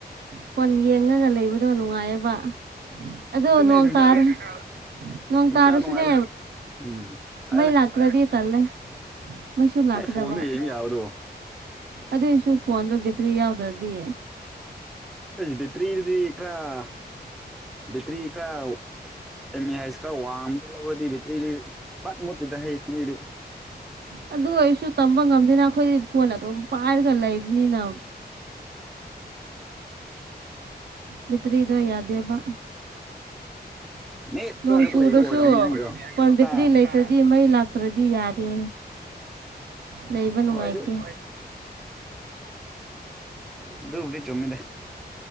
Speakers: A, on the right (about 75°); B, in the centre.
A: ꯐꯣꯟ ꯌꯦꯡꯉꯒ ꯂꯩꯕꯗꯣ ꯅꯨꯡꯉꯥꯏꯌꯦꯕ ꯑꯗꯣ
B: ꯑꯗꯨꯅꯦ
A: ꯅꯣꯡ
B: ꯁꯪꯁꯥꯔ
A: ꯇꯥꯔꯦ ꯅꯣꯟ
B: ꯁꯪꯁꯥꯔ
A: ꯇꯔ꯭ꯁꯨꯅꯦ
B: ꯅꯨꯡꯉꯥꯏꯕ ꯎꯝ ꯍꯥꯏꯕꯅꯦ
A: ꯃꯩ ꯂꯥꯛꯇꯗꯤ ꯇꯜꯂꯦ ꯃꯩꯁꯨ ꯂꯥꯛꯀꯗꯕ
B: ꯑꯩ ꯐꯣꯟꯗ ꯌꯦꯡꯕ
A: ꯌꯥ
B: ꯌꯥꯕꯗꯣ
A: ꯑꯗꯨꯏꯁꯨ ꯐꯣꯟꯗ ꯕꯦꯠꯇ꯭ꯔꯤ ꯌꯥꯎꯗ꯭ꯔꯗꯤ
B: ꯑꯩꯁ ꯕꯦꯇ꯭ꯔꯤꯗꯤ ꯈꯔ ꯕꯦꯠꯇ꯭ꯔꯤ ꯈꯔ ꯑꯦꯝ ꯑꯦ ꯍꯩꯁ ꯈꯔ ꯋꯥꯡꯃ ꯂꯧꯔꯗꯤ ꯕꯦꯇ꯭ꯔꯤꯗꯤ ꯄꯠ ꯃꯨꯠꯇꯤꯗ ꯍꯩ ꯃꯤꯗꯤ
A: ꯑꯗꯨ ꯑꯣꯏꯔꯁꯨ ꯇꯝꯕ ꯉꯝꯗꯦꯅ ꯑꯩꯈꯣꯏꯗꯤ ꯐꯣꯟ ꯑꯗꯨ ꯄꯥꯏꯔꯒ ꯂꯩꯕꯅꯤꯅ ꯃꯠꯇ꯭ꯔꯗꯣ ꯌꯥꯗꯦꯕ
B: ꯅꯦꯠꯇꯅ
A: ꯅꯣꯡ
B: ꯈꯛꯇ
A: ꯆꯨꯔꯁꯨ
B: ꯂꯩꯕ ꯑꯣꯏꯔꯝꯅꯤ ꯅꯪꯒꯤꯗꯣ
A: ꯄꯣꯟ ꯕꯦꯇ꯭ꯔꯤ
B: ꯍꯥ
A: ꯂꯩꯇ꯭ꯔꯗꯤ ꯃꯩ ꯂꯥꯛ ꯐꯠꯇ꯭ꯔꯗꯤ ꯌꯥꯔꯦ ꯂꯩꯕ ꯅꯨꯡꯉꯥꯏꯇꯦ
B: ꯍꯣꯏ ꯑꯗꯨ ꯑꯥꯗꯨꯕꯨ ꯗꯤ ꯆꯨꯝꯃꯤꯗ